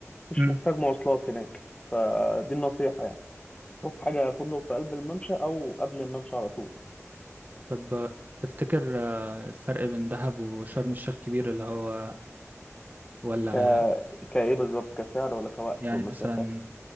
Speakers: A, on the left; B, on the right.
A: مش
B: مم.
A: محتاج مواصلات هناك فدي النصيحه يعني شوف حاجه فندق في قلب الممشى او قبل الممشى على طول
B: طب آه، تفتكر آه الفرق بين دهب وشرم الشيخ كبير اللي هو ولا
A: ك
B: آه،
A: كايه بالظبط كسعر ولا كوقت
B: يعني
A: ومسافه
B: مثلا